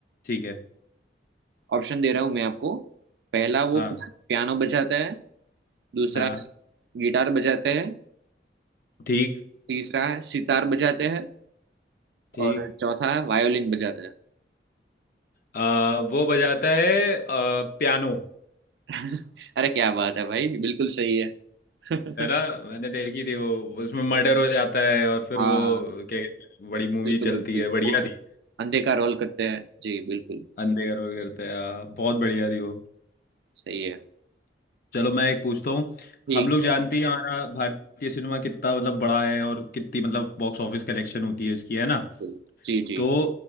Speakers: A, on the left (about 50°); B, on the right (about 70°).
A: ठीक है
B: ऑप्शन दे रहा हूँ मैं आपको पहला वो
A: हाँ
B: पियानो बजाता है दूसरा
A: हाँ
B: गिटार बजाता है
A: ठीक
B: तीसरा है सितार बजाते हैं
A: ठीक
B: और चौथा है वायोलिन बजाते हैं
A: अ, वो बजाता है अ, पियानो
B: <laughs> अरे क्या बात है भाई बिल्कुल सही है <laughs>
A: है ना मैंने देखी थी वो उसमें मर्डर हो जाता है और फिर
B: हाँ
A: वो क्या कहते हैं बड़ी मूवी
B: बिल्कुल
A: चलती
B: बिल्कुल
A: है बढ़िया
B: वो
A: थी
B: अंधे का रोल करते हैं जी बिल्कुल
A: अंधे करोल करते हैं हाँ, बहुत बढ़िया थी वो
B: सही है
A: चलो मैं एक पूछता हूँ
B: ठीक
A: हम लोग जानते
B: है
A: ही हैं हमारा भारतीय सिनेमा कितना मतलब बड़ा है और कितनी मतलब बॉक्स ऑफिस कलेक्शन होती है इसकी है ना
B: बिल्कुल जी जी
A: तो